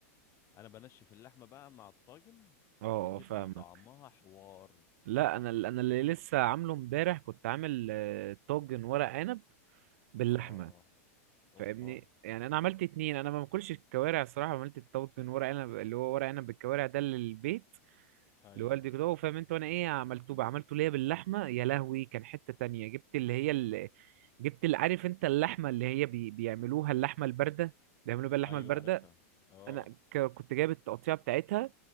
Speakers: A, on the left; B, on the right.
A: انا بنشف اللحمه بقى مع الطاجن
B: اه
A: بتبقى
B: اه فاهمك
A: طعمها حوار
B: لا
A: بصراحه
B: انا ال- انا اللي لسه عامله امبارح كنت عامل آه، طاجن ورق عنب باللحمه
A: اه اوبا
B: فاهمني يعني انا عملت اتنين انا ما باكلش الكوارع الصراحه عملت الطاجن ورق عنب اللي هو ورق عنب بالكوارع ده للبيت
A: ايوه
B: لوالدي كده هو فاهم انت وانا ايه عملته بقى عملته ليا باللحمه يا لهوي كان حته تانية جبت اللي هي اللي جبت اللي عارف انت اللحمه اللي هي بي... بيعملوها اللحمه البارده بيعملوا بيها اللحمه
A: ايوه
B: البارده
A: عارفها اه
B: انا ك... كنت جايب التقطيعه بتاعتها